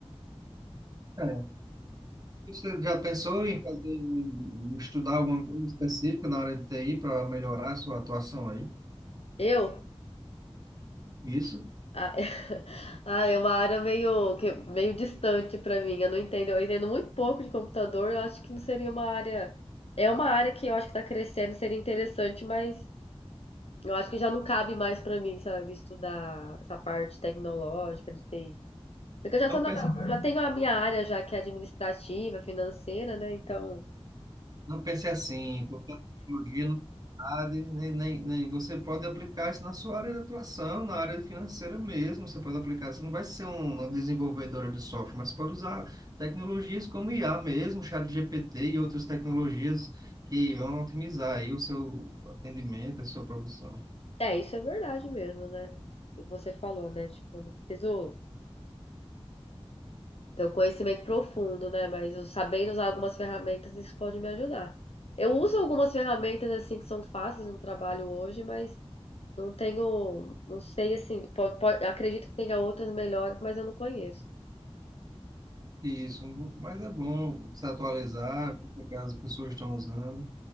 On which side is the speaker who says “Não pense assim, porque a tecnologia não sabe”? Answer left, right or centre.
Right